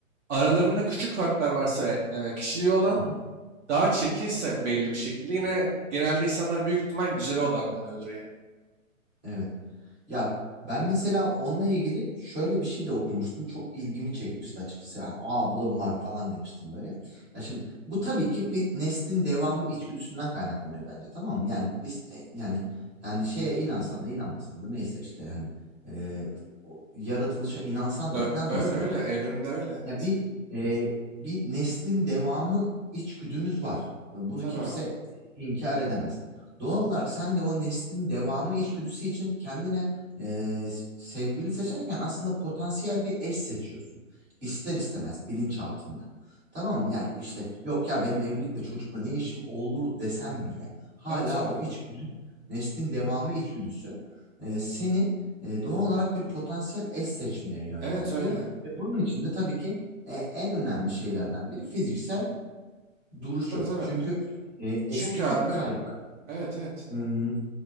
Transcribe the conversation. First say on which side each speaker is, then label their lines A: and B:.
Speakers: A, on the right (about 60°); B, on the right (about 25°).
A: aralarında küçük farklar varsa ve e, kişiliği olan
B: Hı hı.
A: daha çirkinse belli bir şekilde yine genelde insanlar büyük ihtimal güzele odaklanıyordur yani.
B: Evet. Ya ben mesela onunla ilgili şöyle bir şey de okumuştum. Çok ilgimi çekmişti açıkçası. Ya, Aa bu da mı var falan demiştim böyle. Ya şimdi bu tabii ki bir neslin devamı içgüdüsünden kaynaklanıyor bence tamam mı? Yani biz e, yani yani şeye inansan da inanmasan da neyse işte hani e, o yaratılışa inansan
A: Ö-
B: da inanmasan
A: öyle öyle evrimde öyle evet.
B: ya bir e, bir neslin devamı içgüdümüz var. E, Bunu
A: Tabii
B: kimse
A: abi.
B: inkar edemez. Doğal olarak sen de o neslin devamı içgüdüsü için kendine e, sevgili seçerken aslında potansiyel bir eş seçiyorsun. İster istemez bilinçaltında. Tamam mı? Yani işte yok ya benim evlilikle çocukla ne işim olur desem bile hala
A: Evet öyle.
B: o içgüdü, neslin devamı içgüdüsü e, seni e, doğal olarak bir potansiyel eş seçmeye yönlendiriyor.
A: Evet öyle.
B: Ve bunun içinde tabii ki e, en önemli şeylerden biri fiziksel duruşu.
A: Tabii tabii.
B: Çünkü e, estetik
A: Çünkü abi
B: kaygılar,
A: evet evet.
B: hmm,